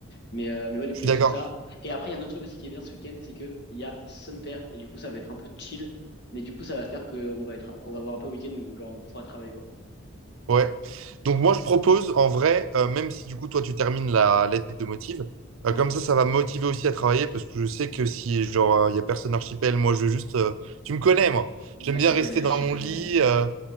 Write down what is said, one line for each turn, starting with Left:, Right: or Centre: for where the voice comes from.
Left: Mais, euh, mais ouais, du
Right: Je
Left: coup,
Right: suis
Left: il y a
Right: d'accord.
Left: tout ça. Et après, il y a un autre truc aussi qui est bien ce week-end, c'est que il y a Sun Pair, et du coup, ça va être un peu chill, mais du coup, ça va faire que on va être, on va avoir un peu un week-end où, genre, on pourra travailler, quoi.
Right: Ouais. Donc, moi, je propose, en vrai, euh, même si du coup, toi, tu termines la lettre de motive, euh,
Left: Ouais.
Right: comme ça, ça va me motiver aussi à travailler parce que je sais que si, genre, il n'y a personne archipel, moi, je veux juste. euh, tu me connais, moi.
Left: Ouais,
Right: J'aime
Left: je
Right: bien
Left: te
Right: rester
Left: connais,
Right: dans
Left: je te
Right: mon
Left: connais.
Right: lit. euh,